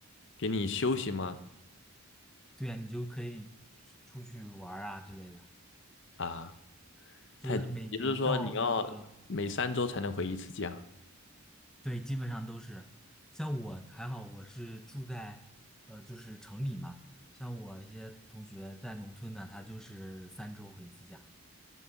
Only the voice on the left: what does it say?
给你休息吗？
啊，
太，也就是说你要每三周才能回一次家。